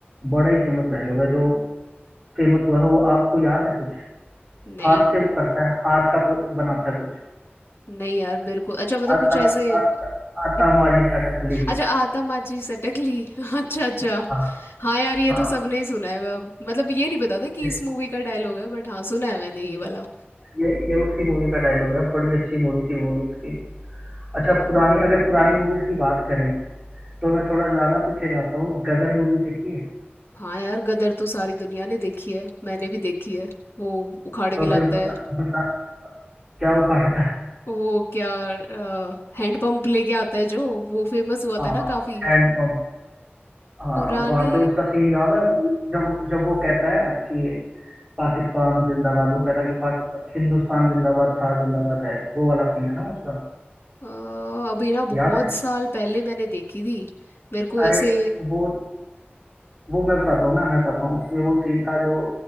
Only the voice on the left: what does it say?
नहीं
नहीं
नहीं यार मेरे को अच्छा मतलब
कुछ ऐसे
दिख-
अच्छा आतमाची सटकली <laughs> अच्छा अच्छा
हाँ यार ये
तो सबने ही सुना है अब मतलब ये नहीं पता था कि
इस मूवी का डायलॉग है बट हाँ सुना है मैंने ये वाला
ओ
हाँ यार गदर तो सारी दुनिया ने देखी है मैंने भी देखी है वो उखाड़ के
लाता
है
वो क्या हैंडपंप लेके आता है जो वो फेमस हुआ
था ना काफी
पुरानी
अ, अभी ना बहुत
साल पहले मैंने देखी थी मेरे को
ऐसे